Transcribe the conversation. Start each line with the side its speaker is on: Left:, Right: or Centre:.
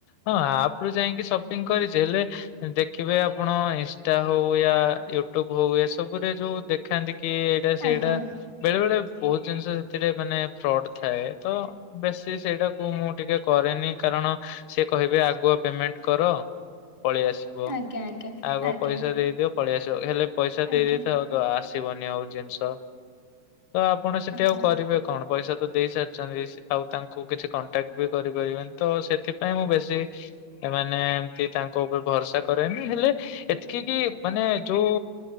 Left: ହଁ ଆପ ରୁ ଯାଇକି ସପିଙ୍ଗ କରିଚି ହେଲେ ଦେଖିବେ ଆପଣ ଇନଷ୍ଟା ହଉ ୟା ୟୁଟ୍ୟୁବ ହଉ ଏସବୁରେ ଯୋଉ ଦେଖାନ୍ତି କି ଏଇଟା ସେଇଟା
Right: ଆଜ୍ଞା
Left: ବେଳେ ବେଳେ ବହୁତ ଜିନିଷ ସେଥିରେ ମାନେ ଫ୍ରଡ ଥାଏ ତ ବେଶୀ ସେଇଟାକୁ ମୁଁ ଟିକେ କରେନି। କାରଣ ସେ କହିବେ ଆଗୁଆ ପେମେଣ୍ଟ କର ପଳେଇ ଆସିବ
Right: ଆଜ୍ଞା ଆଜ୍ଞା
Left: ଆଗ
Right: ଆଜ୍ଞା
Left: ପଇସା ଦେଇଦିଅ ପଳେଇ ଆସିବ ହେଲେ ପଇସା
Right: ଆଜ୍ଞା
Left: ଦେଇ ଦେଇଥାଅ ତ ଆସିବନି ଆଉ ଜିନିଷ। ତ ଆପଣ ସେଠି
Right: ଆଜ୍ଞା
Left: ଆଉ କରିବେ କଣ? ପଇସା ତ ଦେଇ ସାରିଛନ୍ତି ସେ ଆଉ ତାଙ୍କୁ କିଛି କଣ୍ଟାକ୍ଟ ବି କରିପାରିବେନି ତ ସେଥି ପାଇଁ ମୁଁ ବେଶୀ ସେମାନେ ଏମତି ତାଙ୍କ ଉପରେ ଭରସା କରେନି ହେଲେ ଏତିକି କି ମାନେ ଯୋଉ